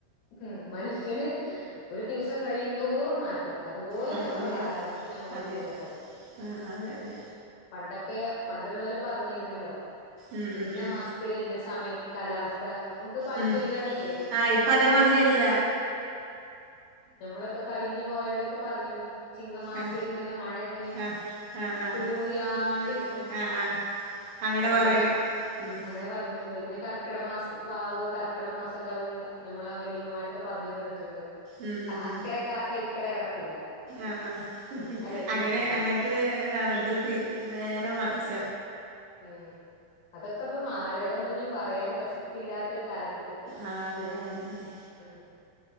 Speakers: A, on the left; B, on the right.
A: ഉം മനുഷ്യന് ഒരു ദിവസം കയി തോറും മാറ്റം അതുപോല
B: മാറ്റം
A: നമ്മള
B: വരാ
A: കാലാവസ്ഥ ഞമ്മളോട്
B: അതെ
A: ചെയ്യാൻ തൊടങ്ങി.
B: ആ ആ, അതെ അതെ
A: ഉം പണ്ടൊക്കെ പണ്ടുള്ളോല് പറഞ്ഞിരുന്നല്ലൊ
B: ഉം ഉം
A: ഇന്ന
B: ഉം
A: മാസ് ത്തില് ഇന്ന സമയ കാലാവസ്ഥ നമുക്ക് പഴഞ്ചൊല്ലേളില്ലേ
B: ഉം ആ ഇപ്പം
A: ചിങ്ങമാ
B: അതേമാതിരിയല്ല
A: നമ്മള കഴിഞ്ഞു പോയവരൊക്ക പറഞ്ഞീന്നു ചിങ്ങമാസത്തില്
B: ആ
A: ഇങ്ങനെ മഴ ഇങ്ങനെ
B: ആ ആ ആ
A: തുള്ളി മുറിയാണ്ടിരിക്കും.
B: യാടി ശരിയല്ല അങ്ങനെ
A: അങ്ങനെയല്ല
B: പറഞ്ഞിട്ടുണ്ട് പിന്നെ
A: അങ്ങനെ പറഞ്ഞ് ട്ടിണ്ട് പിന്നെ കർക്കട മാസം വാവ് കർക്കട മാസൊക്ക നമ്മളെ വല്ലിമ്മമാരൊ ക്കെ പറ്ഞ്ഞ് കേട്ടിട്ടുണ്ട്.
B: ഉം ഉം ഉം
A: ഇക്കര കാക്ക ഇക്കര കടക്കില്ല.
B: ആഹ് ആഹ്
A: അല്ലെ കേട്ടിട്ടില്ലേ
B: അങ്ങനെ അങ്ങൻത്തെ ഇതാണ് ഇത് തീ നേരെ മറിച്ച.
A: ഉം അതൊക്ക ഇപ്പ മാ വേറെ ഒന്നും ഇനി പറയൻ പ്രസക്തി ഇല്ലാത്തൊരു കാലത്തേക്കത്തി
B: ആഹ് അതെ അതെന്നെ അതെ
A: ഉം